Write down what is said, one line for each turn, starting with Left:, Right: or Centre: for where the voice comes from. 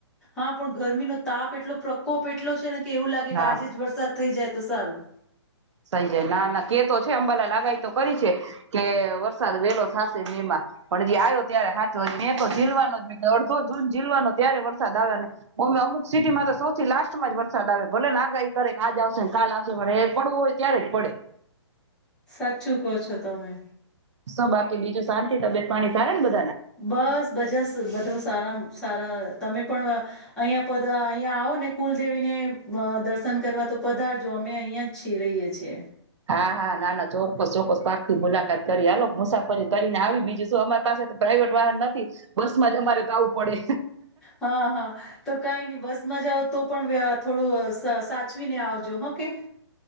Centre: હા પણ ગરમીનો તાપ એટલો પ્રકોપ એટલો છે ને એવું લાગે
Right: હા
Centre: કે આજે જ વરસાદ થઈ જાય તો સારું
Right: સઈ જાય ના ના કેતો છે અંબાલા આગાઈ તો કરી છે કે વરસાદ વેલો થશે મેમાં પણ હજી આવ્યો ત્યારે હાચ મે તો ઝીલવાનો જ મેં અડધો જૂન જીલવાનો ત્યારે વરસાદ આવ્યો ને અમે અમુક સિટીમાં તો સૌથી લાસ્ટમાં જ વરસાદ આવ્યો ભલે આગાઈ કરે આજ આવશે ને કાલ આવશે પણ એ પડવો હોય ક્યારે પડે
Centre: સાચું કહો છો તમે
Right: શું બાકી બીજું શાંતિ તબયત પાણી સારા બધ
Centre: બસ ભજ સ બધુ સારામ, સારા તમે પણ અહીંયા પ અહીંયા આવો ને કુલદેવીને દર્શન કરવા તો પધારજો અમે અહીંયા જ છીએ રહીએ છીએ
Right: હા, હા, ના, ના ચોક્કસ ચોક્કસ પાકથી મુલાકાત કરી હાલો સફરે કરીને આવી બીજું અમાર પાસે તો પ્રાાઈવેટ વાહન નથી, બસ માં જ અમારે આવાવું પડે.
Centre: હા હા તો કઈ નહી બસમાં જાઓ તો પણ વ્ય થોડું સાચવીને આવજો હો કે.